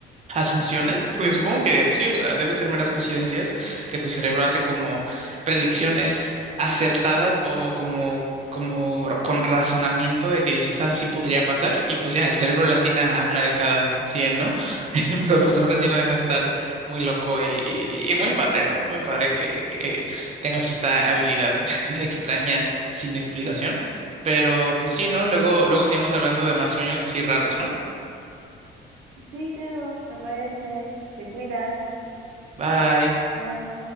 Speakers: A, on the right (about 35°); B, on the right (about 85°).
A: Asunciones, porque supongo que pues, sí, o sea, deben ser meras coincidencias que tu cerebro hace como predicciones acertadas o como, como con razonamiento de que dices, ah, sí podría pasar, y pues ya el cerebro latina a una de cada cien, ¿no? <laughs> Pero pues aún así no deja de estar muy loco y, y- y muy padre, ¿no? Muy padre que, que tengas esta habilidad <laughs> extraña sin explicación. Pero pues sí, ¿no? Luego, luego seguimos hablando de más sueños así raros, ¿no?
B: Sí, claro, me parece. Te cuidas.
A: Bye.
B: Bye.